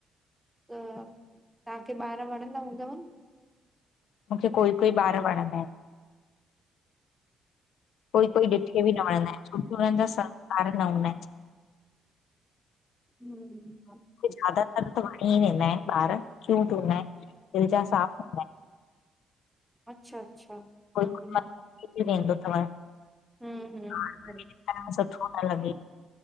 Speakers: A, in the centre; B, on the left.
A: त, तव्हांखे ॿार वणंदा हूंदव न।
B: मूंखे कोई, कोई ॿार वणंदा आहिन। कोई, कोई ॾिठे बि न वणंदा आहिन छोकी हुननि जा संस्कार न हूंदा आहिन।
A: हम्म।
B: ज्दातर त वणी वेंदा आहिन ॿार क्यूंट हुंदा आहिन दिल जा साफ़।
A: अच्छा, अच्छा। हम्म
B: कोई <unintelligible> वेंदो तव।
A: हम्म हम्म
B: सब सुठो तो लंॻे।